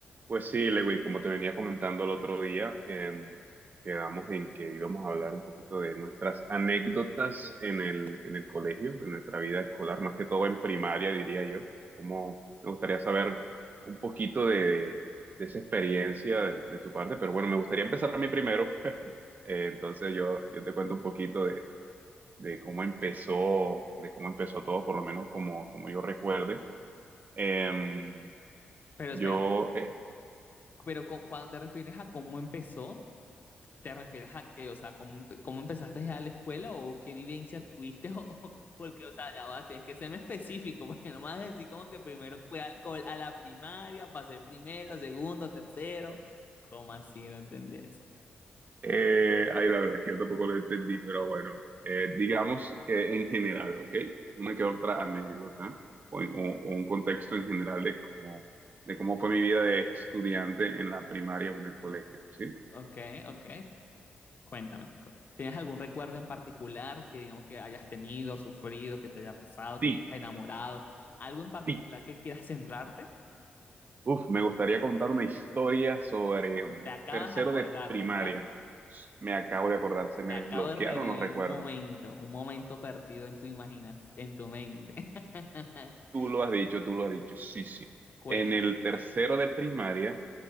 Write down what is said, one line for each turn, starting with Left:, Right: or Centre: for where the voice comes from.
Right: Pues sí, Lewin, como te venía comentando el otro día, em, quedamos en que íbamos a hablar un poquito de nuestras anécdotas en el, en el colegio, en nuestra vida escolar, más que todo en primaria, diría yo. Como me gustaría saber un poquito de, de esa experiencia de, de tu parte, pero bueno, me gustaría empezar a mí primero. <laughs> Eh, entonces yo, yo te cuento un poquito de, de cómo empezó, de cómo empezó todo, por lo menos como, como yo recuerde. Em,
Left: Pero
Right: yo,
Left: espera,
Right: eh,
Left: pero cu- cuando te refieres a cómo empezó, ¿te refieres a qué? O sea, ¿cómo, empe- cómo empezaste ya a la escuela o qué vivencia tuviste? <laughs> O, porque, o sea, ya va, tienes que serme específico, porque no me vas a decir como que primero fue alcohol a la primaria, pasé primero, segundo, tercero. ¿Cómo así? No entendí eso.
Right: Eh, ahí la verdad es que yo tampoco lo entendí, pero bueno, eh, digamos que en general, ¿ok? Una que otra anécdota o, o- o un contexto en general de cómo, de cómo fue mi vida de estudiante en la primaria o en el colegio, ¿sí?
Left: Ok, ok, cuéntame. co- ¿Tienes algún recuerdo en particular que digamos que hayas tenido, sufrido, que te haya pasado,
Right: Sí,
Left: que te hayas enamorado? ¿Algo en particular
Right: sí.
Left: que quieras centrarte?
Right: Uf, me gustaría contar una historia sobre mm,
Left: Te acabas
Right: tercero
Left: de acordar,
Right: de primaria.
Left: ¿verdad?
Right: Me acabo de acordar, se me
Left: Te acabo
Right: desbloquearon
Left: de revivir
Right: los recuerdos.
Left: un momento, un momento perdido en tu imaginas, en tu mente. <laughs>
Right: Tú lo has dicho, tú lo has dicho, sí, sí.
Left: Cuenta.
Right: En el tercero de primaria